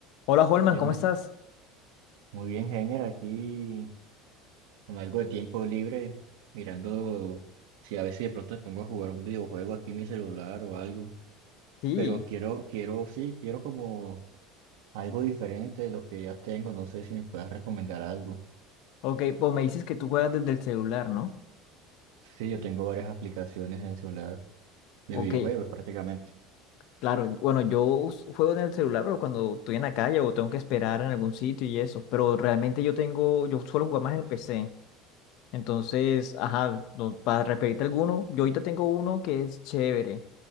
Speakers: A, on the left; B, on the right.
A: Hola, Holman,
B: ¿Qué
A: ¿cómo
B: más?
A: estás?
B: Muy bien, Heiner, aquí con algo de tiempo libre, mirando si a veces de pronto me pongo a jugar un videojuego aquí en mi celular o algo.
A: Sí,
B: Pero quiero, quiero, sí, quiero como algo diferente de lo que ya tengo. No sé si me puedas recomendar algo.
A: ok, pues me dices que tú juegas desde el celular, ¿no?
B: Sí, yo tengo varias aplicaciones en el celular de
A: Ok,
B: videojuegos prácticamente.
A: claro, bueno, yo us- juego en el celular, pero cuando estoy en la calle o tengo que esperar en algún sitio y eso, pero realmente yo tengo, yo suelo jugar más en PC, entonces, ajá, no, para referirte a alguno, yo ahorita tengo uno que es chévere,